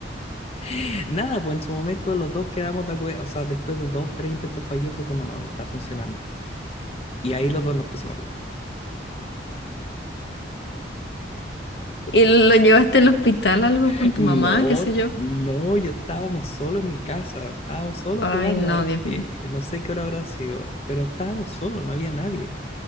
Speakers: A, on the left (about 35°); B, on the left (about 70°).
A: <laughs> Nada, pues en su momento los dos quedamos de acuerdo. O sea, después de dos, tres intentos fallidos, fue como, no, no está funcionando. Y ahí los dos nos pusimos a llorar.
B: ¿Y lo llevaste al hospital algo
A: <laughs>
B: con tu
A: No,
B: mamá, qué sé yo?
A: no, yo estábamos solos en mi casa. Estábamos solos
B: Ay,
A: jugando.
B: no, Dios
A: eh,
B: mío.
A: no sé qué hora habrá sido, pero estábamos solos, no había nadie.